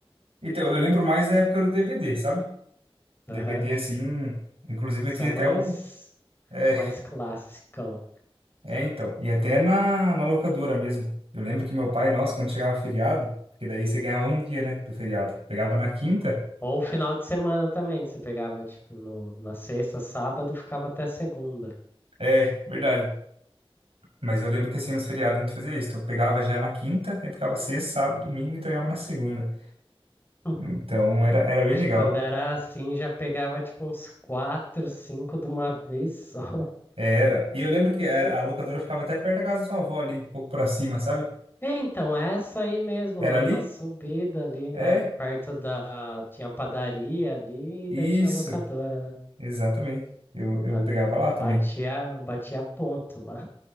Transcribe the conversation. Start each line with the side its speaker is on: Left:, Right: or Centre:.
Right: Então, eu lembro mais da época do DVD, sabe? DVD
Left: Aham.
Right: assim. Inclusive,
Left: Isso
Right: eu tinha
Left: é mais,
Right: até o. É,
Left: mais clássico.
Right: é então. E até na, na locadora mesmo. Eu lembro que meu pai, nossa, quando chegava feriado, porque daí você ganhava um dia, né, do feriado. Pegava na quinta.
Left: Ou final de semana também, você pegava, tipo, no, na sexta, sábado, ficava até segunda.
Right: É, verdade. Mas eu lembro que assim, nos feriados a gente fazia isso. Então, eu pegava já na quinta, aí ficava sexta, sábado, domingo e entregava na segunda.
Left: <laughs>
Right: Então, era, era bem
Left: Já
Right: legal.
Left: Quando era assim, já pegava, tipo, uns quatro, cinco de uma vez só. <laughs>
Right: Era. E eu lembro que era,
Left: Pô,
Right: a locadora ficava até perto da casa da sua avó ali, um pouco pra cima, sabe?
Left: É, então, essa aí mesmo, na,
Right: Era ali?
Left: na subida ali,
Right: É,
Left: é, perto da... Tinha padaria ali e
Right: isso.
Left: daí tinha locadora, né?
Right: Exatamente. Eu, eu
Left: Mano,
Right: pegava lá também.
Left: batia, batia ponto lá.